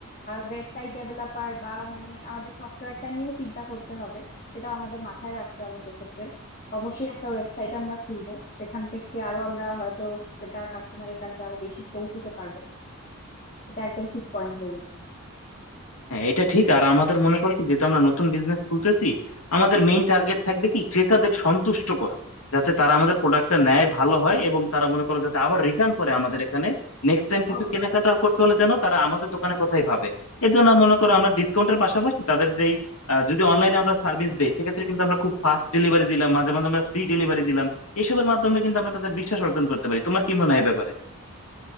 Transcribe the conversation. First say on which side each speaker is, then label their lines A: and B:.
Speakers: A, on the left (about 35°); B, on the left (about 75°).
A: ওয়েবসাইট ডেভেলপার বা মানে আমাদের সফটওয়্যারটা নিয়েও চিন্তা করতে হবে সেটাও আমাদের মাথায় রাখতে হবে সেক্ষেত্রে অবশ্যই একটা ওয়েবসাইট আমরা খুলবো সেখান থেকে আরো আমরা হয়তো এটা কাস্টমারের কাছে আরো বেশি পৌঁছতে পারবো এটা একদম ঠিক পয়েন্ট বলেছো
B: হ্যাঁ এটা ঠিক আর আমাদের মনে করো কি যেহেতু আমরা নতুন বিজনেস খুলতেছি আমাদের মেইন টার্গেট থাকবে কি ক্রেতাদের সন্তুষ্ট করা যাতে তারা আমাদের প্রোডাক্টটা নেয় ভালো হয় এবং তারা মনে করো যাতে আবার রিটার্ন করে আমাদের এখানে নেক্সট টাইম কিছু
A: অবশ্যই
B: কেনাকাটা করতে হলে যেন তারা আমাদের দোকানের কথাই ভাবে এর জন্য মনে করো আমরা ডিসকাউন্টের পাশাপাশি তাদের যেই আহ, যদি অনলাইনে আমরা সার্ভিস দেই সেক্ষেত্রে কিন্তু আমরা খুব ফাস্ট ডেলিভারি দিলাম মাঝে মাঝে আমরা ফ্রি ডেলিভারি দিলাম এসবের মাধ্যমে কিন্তু আমরা তাদের বিশ্বাস অর্জন করতে পারি তোমার কি মনে হয় এই ব্যাপারে